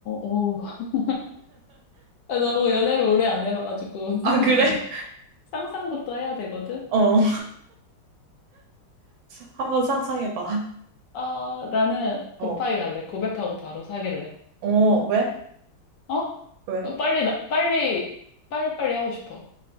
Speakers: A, on the left (about 70°); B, on the right (about 75°).
A: 오. <laughs> 너무 연애를 오래 안 해봐가지고
B: 아,
A: <laughs>
B: 그래? <laughs>
A: 상상부터 해야 되거든.
B: 어, <laughs> 한번 상상해봐.
A: 아, 나는 급하게
B: 어,
A: 갈래. 고백하고 바로 사귈래.
B: 어, 왜?
A: 어?
B: 왜?
A: 어, 빨리, 나, 빨리, 빨리빨리 하고 싶어.